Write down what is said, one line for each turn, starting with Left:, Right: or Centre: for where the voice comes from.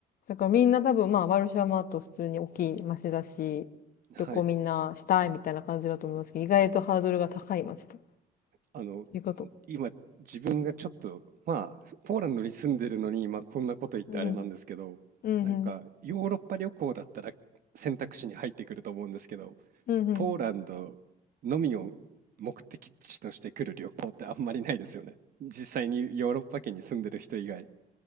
Left: だからみんな多分まあ、ワルシャワマート普通に大きい街だし、旅行みんなしたいみたいな感じだと思いますけど、
Right: はい。
Left: 意外とハードルが高い街と
Right: あの、
Left: いうこと。
Right: 今、自分がちょっと、まあ、ポーランドに住んでるのに、まあ、こんなこと言ってあれなんですけど、
Left: うん。うんうん。
Right: なんか、ヨーロッパ旅行だったら選択肢に入ってくると思うんですけど、
Left: うんうん。
Right: ポーランドのみを目的地として来る旅行ってあんまりないですよね。実際にヨーロッパ圏に住んでる人以外。